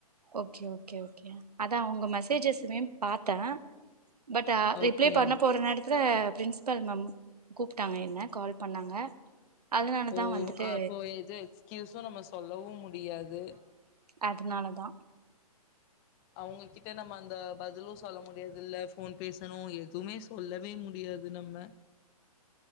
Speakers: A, on the right; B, on the left.
A: ஓகே ஓகே ஓகே அதா உங்க மெசேஜஸமே பாத்தே பட் ஆ
B: ஓகே
A: ரிப்லே பண்ண போற நேரத்துல பிரின்ஸபல் மேம் கூப்ட்டாங்க என்ன கால் பண்ணாங்க அதனாலதா
B: ஓ
A: வந்துட்டு
B: அப்போ எது எக்ஸ்கயூஸு நம்ம சொல்லவு மு முடியாது
A: அதனால தா
B: அவங்ககிட்ட நம்ம அந்த பதிலு சொல்ல முடியாது இல்ல ஃபோன் பேசணு எதுமே சொல்லவே முடியாது நம்ம